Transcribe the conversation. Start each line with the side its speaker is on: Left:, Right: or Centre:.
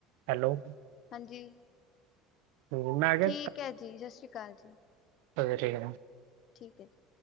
Right: ਹੈਲੋ
Left: ਹਾਂਜੀ,
Right: ਮੈਂ ਕਿਹਾ
Left: ਠੀਕ ਹੈ ਜੀ। ਸਤਿ ਸ੍ਰੀ ਅਕਾਲ ਜੀ
Right: ਘਰੇ ਠੀਕ।
Left: ਠੀਕ ਹੈ ਜੀ।